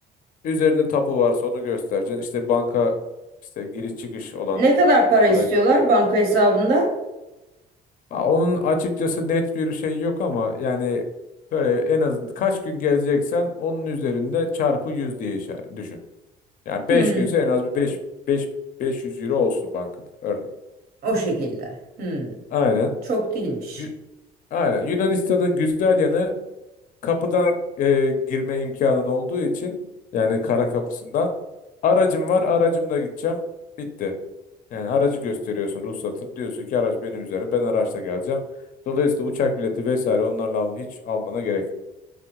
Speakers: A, on the left; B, on the right.
A: üzerinde tapu varsa onu göstereceksin. İşte banka işte giriş çıkış olan
B: Ne kadar para istiyorlar
A: para
B: banka hesabında?
A: Ha, Onun açıkçası net bir şey yok ama yani böyle en az kaç gün gezeceksen onun üzerinde çarpı 100 diye işaret düşün. Yani beş
B: Hmm.
A: günse en az bir beş beş beş yüz euro olsun bankada örneğin.
B: O şekilde. Hmm.
A: Aynen.
B: Çok değilmiş.
A: Yü- Aynen. Yunanistan'ın güzel yanı kapıdan e, girme imkanın olduğu için yani kara kapısından aracım var aracımla gideceğim bitti. Yani aracı gösteriyorsun ruhsatını diyorsun ki araç benim üzerine ben araçla geleceğim. Dolayısıyla uçak bileti vesaire onlarla al- hiç almana gerek yok.